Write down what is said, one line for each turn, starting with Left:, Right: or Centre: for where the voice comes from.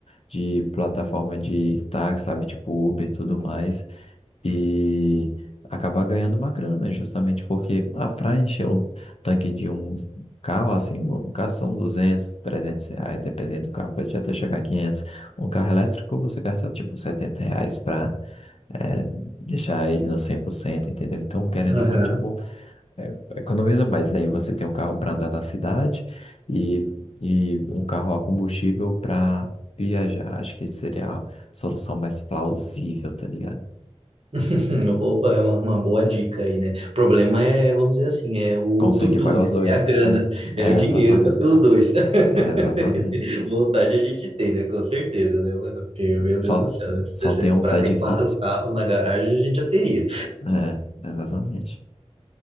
Left: de plataforma de tag, sabe? Tipo Uber e tudo mais. E acabar ganhando uma grana, justamente porque, ah, pra encher o tanque de um carro, assim, um carro são 200, 300 reais, dependendo do carro, pode até chegar a 500. Um carro elétrico você gasta, tipo, 70 reais pra é, deixar ele no 100%, entendeu? Então, querendo
Right: Aham.
Left: ou não, tipo é, Economiza mais, aí você tem um carro para andar na cidade e, e um carro a combustível para viajar. Acho que seria a solução mais plausível, tá ligado?
Right: <laughs> Opa, é uma, uma boa dica aí, né? O problema é, vamos dizer assim, é o
Left: Conseguir
Right: tutu,
Left: pagar
Right: né?
Left: os dois,
Right: É a grana,
Left: é É,
Right: é o dinheiro
Left: exatamente.
Right: para ter os dois.
Left: É, é, exatamente.
Right: <laughs> Vontade a gente tem, né? Com certeza, né, mano? Porque, meu
Left: Só,
Right: Deus do céu, né? Se
Left: só
Right: desse
Left: tem um,
Right: para
Left: tá
Right: ter
Left: difícil.
Right: quatro carros na garagem, a gente já teria.
Left: É, exatamente.